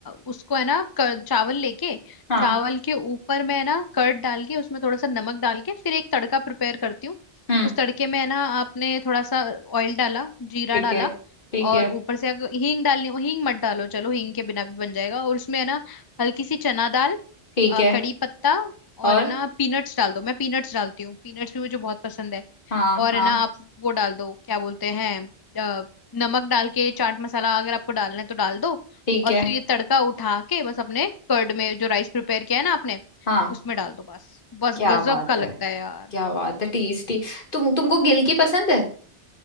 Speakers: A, on the left (about 35°); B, on the left (about 55°).
A: उसको है ना कर, चावल लेके
B: हाँ
A: चावल के ऊपर मैं है ना कर्ड डाल के उसमें थोड़ा सा नमक डाल के फिर एक तड़का प्रिपेयर करती हूँ
B: हम्म
A: उस तड़के में है ना आपने थोड़ा सा ऑयल डाला जीरा
B: ठीक
A: डाला
B: है ठीक
A: और
B: है
A: ऊपर से अगर हींग डालनी हो हींग मत डालो चलो हींग के बिना भी बन जाएगा और उसमें है ना हल्की सी चना दाल
B: ठीक
A: अ,
B: है
A: कड़ी पत्ता और
B: और
A: है ना पीनट्स डाल दो मैं पीनट्स डालती हूँ पीनट्स भी मुझे बहुत पसंद है
B: हाँ
A: और
B: हाँ
A: है ना आप वो डाल दो क्या बोलते हैं नमक डाल के चाट मसाला अगर आपको डालना है तो डाल दो
B: ठीक
A: और
B: है
A: फिर ये तड़का उठा के बस अपने कर्ड में जो राइस प्रिपेयर किया है ना आपने
B: हाँ
A: उसमें डाल दो बस बस
B: क्या
A: गजब
B: बात
A: का लगता
B: है
A: है यार
B: क्या बात है टेस्टी तुम तुमको गिलकी पसंद है